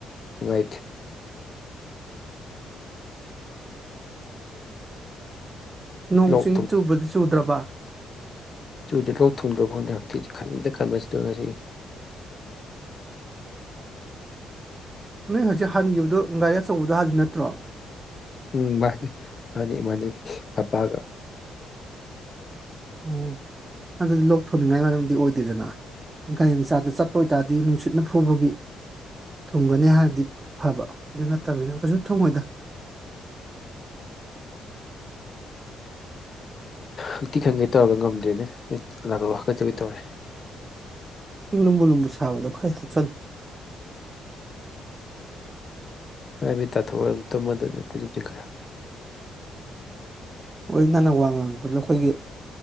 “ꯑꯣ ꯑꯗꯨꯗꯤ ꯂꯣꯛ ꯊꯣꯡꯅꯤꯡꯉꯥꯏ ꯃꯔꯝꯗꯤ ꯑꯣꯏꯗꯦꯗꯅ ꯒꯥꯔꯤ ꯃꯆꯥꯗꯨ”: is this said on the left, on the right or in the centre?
Right